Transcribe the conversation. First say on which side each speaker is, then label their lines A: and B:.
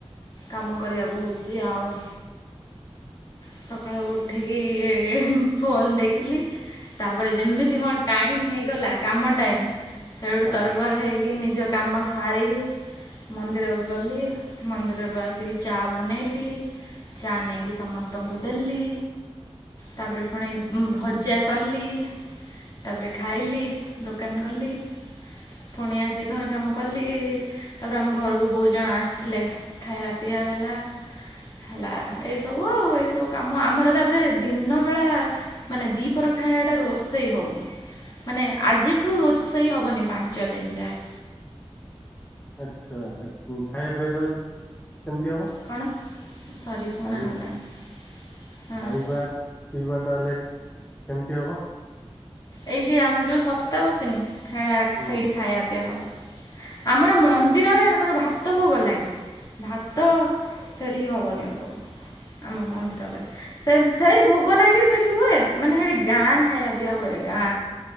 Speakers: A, on the left; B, on the left.
A: କାମ କରିବାକୁ ହଉଚି ଆଉ ସକାଳୁ ଉଠିକି ଫୋନ୍ ଦେଖିଲି ତାପରେ ଯେମିତି ମୋ ଟାଇମ ହେଇଗଲା କାମ ଟାଇମ ସେଠୁ
B: ହଁ
A: ତ ନିର୍ଭର ହେଇକି ନିଜ କାମ ସାରିକି ମନ୍ଦିର କୁ ଗଲି ମନ୍ଦିରରୁ ଆସୀକି ଚା ବନେଇଲି। ଚା ନେଇକି ସମସ୍ତଙ୍କୁ ଦେଲି। ତାପରେ ଫୁଣି ଭଜା କଲି। ତାପରେ ଖାଇଲି ଦୋକାନ ଗଲି। ପୁଣି ଆସିକି ଘର କାମ କଲି ତାପରେ ଆମ ଘରକୁ ବହୁତ ଜଣ ଆସିଥିଲେ। ଖାଇବା ପିଇବା ହେଲା ହେଲା ଏଇ ସବୁ ଆଉ ଏ ଏ ସବୁ କାମ ଆମର ତାପରେ ଦିନବେଳା ମାନେ ଦିପଅର ଖାଇବାଟା ରୋଷେଇ ହଉନି। ମାନେ ଆଜିଠୁ ରୋଷେଇ ହବନି ପାଞ୍ଚ ଦିନ ଯାଏ।
B: ଆଚ୍ଛା ଆ ଖାଇବା ପିଇବା ତ କେମତି ହବ।
A: କଣ ସରି ଶୁଣାଗଲା
B: ଖାଇବା
A: ଗଲା
B: ଖାଇବା
A: ହଁ।
B: ପିଇବା ତାହେଲେ କେମିତି ହବ।
A: ଏଇ ଯେ ଆମର ଯୋଉ ସପ୍ତା ବସିନି ହେରା
B: ହୁଁ
A: ସେଇଠି ଖାଇବା ପିଇବା ହବ। ଆମର ମନ୍ଦିରରେ ଆମର ଭାତ ଭୋଗ ଲାଗେ। ଭାତ ସେଠି ହବ କିନ୍ତୁ ଆମ ମନ୍ଦିରରେ। ସେମ୍ ସେଇ ଭୋଗ ଲାଗି ସେଠି ହୁଏ ମାନେ ହେଠି ଗାଁ ଖାଇବା ପିଇବା ହୁଏ। ଯା